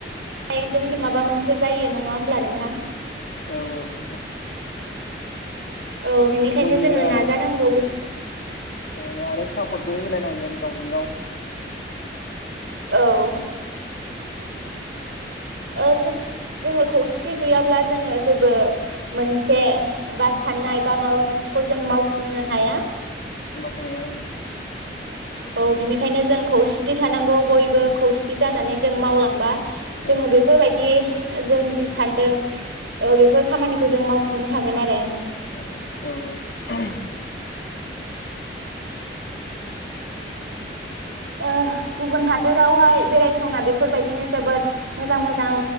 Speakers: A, on the right (about 90°); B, on the left (about 60°).
A: आइ जों माबा मोनसे जायो नङा होमब्ला नों
B: औ औ नोंथां
A: औ बिनिखायनो
B: बयनिबो
A: जोङो
B: आरो
A: नाजानांगौ बेफोर <inaudible>
B: ओ आरो सापर्टबो होलायनांगोन गावजों गाव
A: औ
B: उम
A: ओ जोङो जोङो खौसेथि गैयाब्ला जोङो जेबो मोनसे बा साननाय बा माबा मोनसेखौ जों माव फुंनो हाया
B: गया
A: औ बिनिखायनो जों खौसेथि थानांगौ बयबो खौसेथि जानानै जों मावलांबा जोङो
B: औ
A: बेफोरबायदि जों जि सानदों ओ बेफोर खामानिखौ जों माव फुंनो हागोन आरो
B: औ औ <inaudible>
A: ओ गुबुन हादोरावहाय बेरायथावना बेफोरबायदिनो जोबोद मोजां मोजां